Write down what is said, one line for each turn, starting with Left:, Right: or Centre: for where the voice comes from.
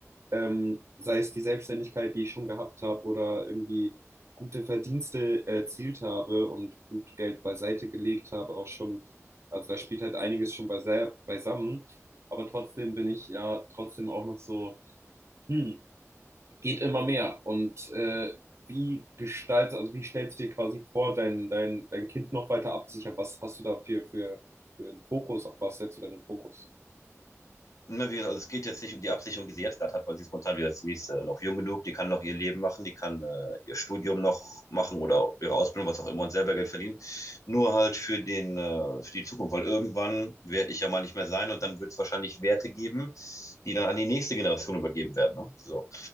Right: Ähm, sei es die Selbstständigkeit, die ich schon gehabt habe oder irgendwie gute Verdienste erzielt habe und gut Geld beiseite gelegt habe, auch schon, also da spielt halt einiges schon beisei- beisammen, aber trotzdem bin ich ja trotzdem auch noch so, hm, geht immer mehr und äh, wie gestaltest, also wie stellst du dir quasi vor, dein, dein, dein Kind noch weiter abzusichern? Was hast du da für, für, für einen Fokus? Auf was setzt du deinen Fokus?
Left: also es geht jetzt nicht um die Absicherung, die sie jetzt gerade hat, weil sie ist momentan wieder das nächste noch jung genug, die kann noch ihr Leben machen, die kann äh, ihr Studium noch machen oder ihre Ausbildung, was auch immer, und selber Geld verdienen. Nur halt für den, äh, für die Zukunft, weil irgendwann werde ich ja mal nicht mehr sein und dann wird es wahrscheinlich Werte geben, die dann an die nächste Generation übergeben werden. Ne? So.